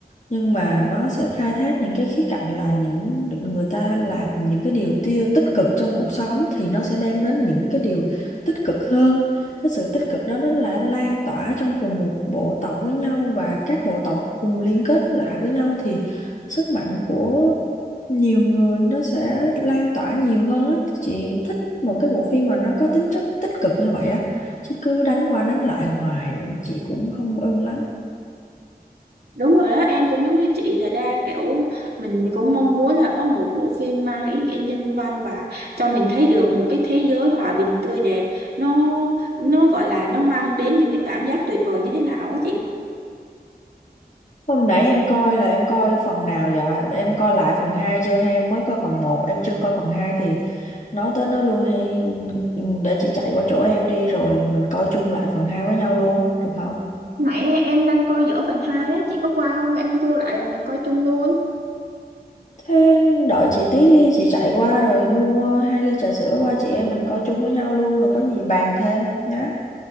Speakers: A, on the left; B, on the right.
A: nhưng mà nó sẽ khai thác những cái khía cạnh là những người ta làm những cái điều tiêu tích cực trong cuộc sống thì nó sẽ đem đến những cái điều tích cực hơn cái sự tích cực đó nó là lan tỏa trong cùng một bộ tộc với nhau và các bộ tộc cùng liên kết lại với nhau thì sức mạnh của nhiều người nó sẽ lan tỏa nhiều hơn á chị thích một cái bộ phim mà nó có tính chất tích cực như vậy á chứ cứ đánh qua đánh lại hoài chị cũng không ưng lắm
B: Đúng rồi đó, em cũng giống như chị thật ra kiểu mình cũng mong muốn là có một bộ phim mang ý nghĩa nhân văn và cho mình thấy được một cái thế giới hòa bình tươi đẹp. Nó nó gọi là nó mang đến những cái cảm giác tuyệt vời như thế nào á chị.
A: Hôm nãy em coi là em coi phần nào vậy Em coi lại phần 2 chưa hay em mới coi phần một em chưa coi phần 2 thì nói tới nói lui hay ừ, để chị chạy qua chỗ em đi rồi mình coi chung lại phần 2 với nhau luôn, được không?
B: Nãy em đang coi dở phần 2 đó, chị có qua không? Em tua lại là mình coi chung luôn.
A: Thế đợi chị tí đi, chị chạy qua rồi mua hai ly trà sữa qua chị em mình coi chung với nhau luôn rồi có gì bàn thêm nhá.